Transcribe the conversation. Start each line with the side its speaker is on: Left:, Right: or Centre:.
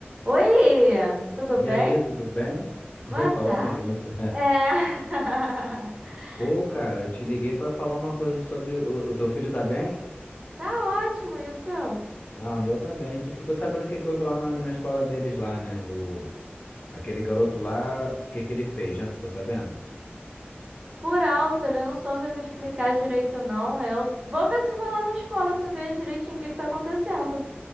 Right: Oi, tudo
Left: E
Right: bem?
Left: aí, tudo bem? <laughs>
Right: Boa
Left: E aí, falamos
Right: tarde.
Left: junto.
Right: É. <laughs>
Left: <laughs> Pô, cara, eu te liguei pra falar uma coisa sobre o, o teu filho tá bem?
Right: Tá ótimo, e o seu?
Left: Ah, o meu tá bem. Tu ficou sabendo o que que houve lá na, na escola deles lá, né? O, aquele garoto lá, o que que ele fez, né? Tu ficou sabendo?
Right: Por alto, ele não soube me explicar direito, não. Eu vou ver se eu vou lá na escola saber direitinho o que que tá acontecendo.